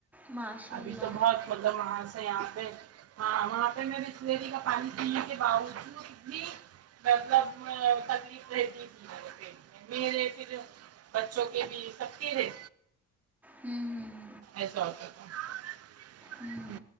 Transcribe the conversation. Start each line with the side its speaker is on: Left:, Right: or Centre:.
Centre: ماشاء
Right: ابھی
Centre: اللہ
Right: تو بہت مطلب وہاں سے یہاں پہ ہاں وہاں پہ میں بسلیری کا پانی پینے کے باوجود بھی مطلب میں تکلیف رہتی میرے پھر بچوں کے بھی سب کے ہے
Centre: ہمم ہمم
Right: ایسا ہوتا تھا
Centre: ہوں